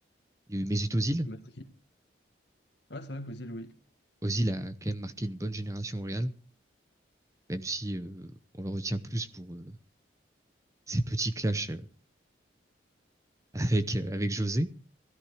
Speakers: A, on the right; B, on the left.
A: Il y a eu Mesut Özil
B: Le Matuidi. Ah, c'est vrai qu'Ozil, oui.
A: Ozil a quand même marqué une bonne génération au Real, même si euh, on le retient plus pour euh, ses petits clashs euh, avec euh, avec José.